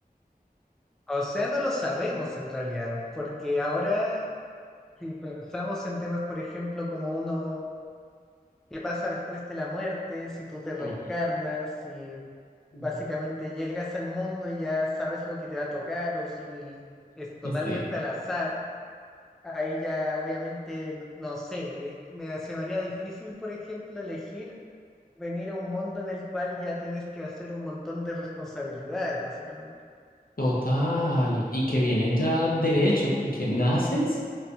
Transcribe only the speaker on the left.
Ujú.
<laughs>
Sí.
Total, y que vienen ya derecho, porque naces.